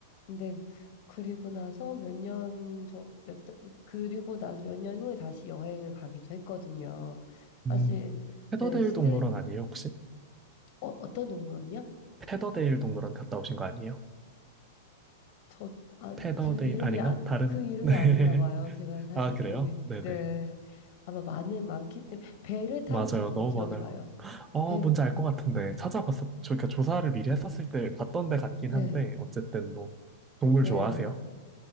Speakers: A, on the left; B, on the right.
A: 근데 그리고 나서 몇 년 저, 몇, 그리고 나서 몇 년 후에 다시 여행을 가기도 했거든요. 사실,
B: 음, 페더데일
A: 네, 시드,
B: 동물원 아니에요, 혹시?
A: 어, 어떤 동물원이요?
B: 페더데일 동물원 갔다 오신 거 아니에요?
A: 저, 아,
B: 페더데일,
A: 그 이름이,
B: 아닌가?
A: 아,
B: 다른,
A: 그 이름이
B: <laughs> 네.
A: 아닌가 봐요. 제가 사실
B: 아, 그래요?
A: 이름이,
B: 네네.
A: 네. 아마 많은, 많기 때문에, 배를 타고
B: 맞아요.
A: 갔던
B: 너무
A: 기억이
B: 많아요.
A: 나요.
B: 어,
A: 배를,
B: 뭔지 알 것 같은데. 찾아봤었, 저, 그러니까 조사를 미리 했었을 때 봤던 데 같긴
A: 네,
B: 한데, 어쨌든 뭐, 동물
A: 네.
B: 좋아하세요?